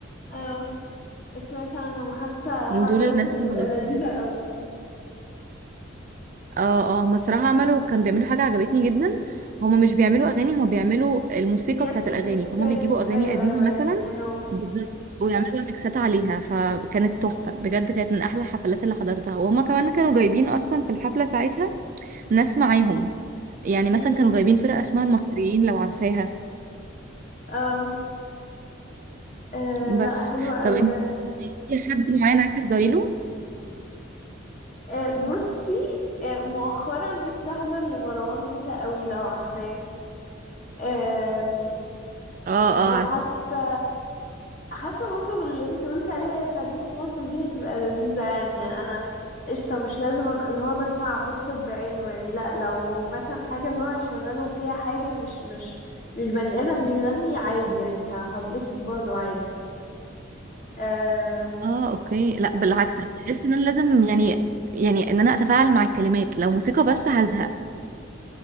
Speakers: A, on the left (about 40°); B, on the right (about 40°).
A: اه سمعت عنهم حاسة حفلاتهم
B: دول الناس اللي
A: بتبقى
B: حضرتهم
A: لذيذة قوي
B: اه اه مسرحة عملوا كانوا بيعملوا حاجة عجبتني جدا هما مش بيعملوا أغاني هما بيعملوا الموسيقى
A: يس
B: بتاعت الأغاني
A: ميكسات
B: فهما بيجيبوا أغاني
A: ايوه
B: قديمة
A: ايوه يس
B: مثلا
A: اي نو
B: بالظبط ويعملوا ميكسات عليها فكانت تحفة بجد كانت من أحلى الحفلات اللي حضرتها وهما كمان كانوا جايبين أصلا في الحفلة ساعتها ناس معاهم يعني مثلا
A: امم
B: كانوا جايبين فرقة اسمها المصريين لو عارفاها
A: اه آه،
B: بس
A: لا حلوة قوي
B: طب انت
A: ده
B: في حد معين عايز تحضري له
A: آه، بصي آه، مؤخرا نفسي احضر لمروان موسى قوي لو عارفاه آم،
B: اه اه
A: وحاسه
B: عارفة.
A: حاسه برضه باللي انتي قلتي عليها بتاعت ديسكو مصر دي هتبقى لذيذه يعني انا قشطه مش لازم ابقى اللي هو بسمع مطرب بعينه يعني لا لو مثلا حاجه اللي هو يشغله فيها حاجه مش مش مش بني ادم بيغني عادي يعني ه- هتبسط برضه عادي آم،
B: اه اوكي لا بالعكس أنا بحس ان انا لازم يعني يعني ان انا اتفاعل مع الكلمات لو موسيقى بس هزهق